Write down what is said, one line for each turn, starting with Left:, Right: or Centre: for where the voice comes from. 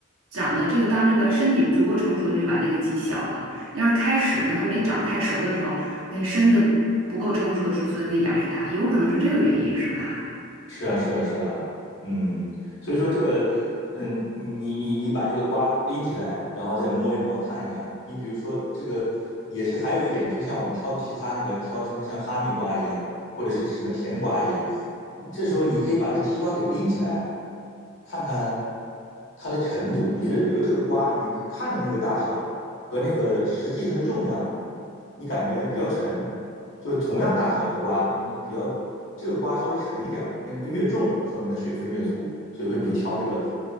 Right: 长的这个当这个身体足够成熟，就把那个挤小了。要是开始呢，它没长太熟的时候，那身子不够成熟的时候，所以那眼儿还大，有可能是这个原因，是吧？
Left: 是啊，是啊，是啊，嗯，所以说这个，嗯，你你你把这个瓜拎起来，然后再摸一摸，看一看。你比如说这个，也是还有一点，就像我们挑其他那个挑什么像哈密瓜一样，或者是什么甜瓜一样，这时候你可以把这西瓜给拎起来，看看它的程度。你觉得，比如这个瓜，你看着那个大小。和那个实际它的重量，你感觉比较沉，就是同样大小的瓜，你比较这个瓜稍微沉一点儿，那个越重，说明它水分越足，所以说你就挑这个，